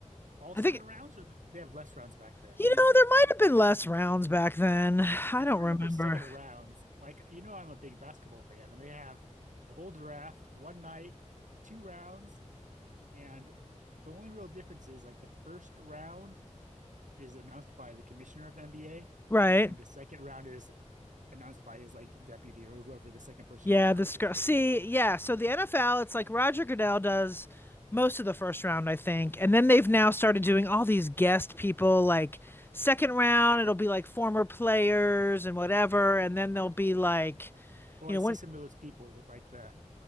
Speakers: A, on the right; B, on the left.
A: all
B: I
A: seven
B: think
A: rounds, or th- they have less rounds back then?
B: You
A: Do you remember?
B: know, there might have been less rounds back then. <sighs> I
A: I don't
B: don't
A: remember
B: remember.
A: seven rounds. Like, you know, I'm a big basketball fan, and they have the whole draft, one night, two rounds, and the only real difference is like the first round is announced by the commissioner of the NBA,
B: Right?
A: and the second round is announced by his like deputy or whoever the second person
B: Yeah,
A: in charge
B: this
A: is.
B: girl. See, yeah. So the NFL, it's like Roger Goodell does most of the first round, I think. And then they've now started doing all these guest people, like second round, it'll be like former players and whatever. And then they'll be like,
A: Oh,
B: you
A: I
B: know,
A: see
B: when.
A: some of those people with like the